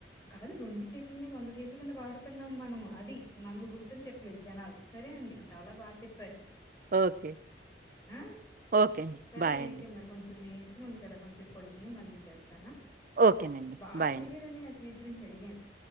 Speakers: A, on the left; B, on the right.
A: అది రెండు చేతులని వంద చేతుల కింద వాడుతున్నాం మనము అది మనల్ని గుర్తించట్లేదు జనాలు సరే అండి చాలా బాగా చెప్పారు
B: ఓకే.
A: ఆ
B: ఓకే అండి.
A: సరే
B: బాయ్
A: అయితే
B: అండి.
A: మరి కొంచం నేర్ ముంది కదా కొంచసేపు పడుకోని మల్లి చేస్తానా
B: ఓకేనండి
A: బాబు
B: బాయ్
A: అడిగాడని
B: అండి
A: ఆ స్వీట్ గురించి అడిగన్